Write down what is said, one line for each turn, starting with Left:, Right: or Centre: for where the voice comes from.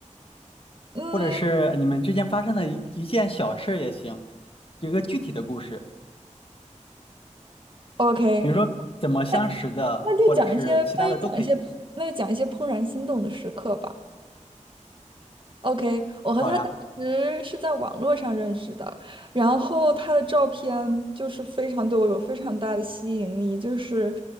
Right: 嗯
Left: 或者是你们之间发生的一一件小事也行，有一个具体的故事，
Right: ，OK，
Left: 比如说怎么相识的，
Right: 那那就讲一些，
Left: 或者是其他的都可以。
Right: 那就讲一些，那就讲一些怦然心动的时刻吧。OK，我和他当时是在网络上认识的，
Left: 好呀，
Right: 然后他的照片就是非常对我有非常大的吸引力，就是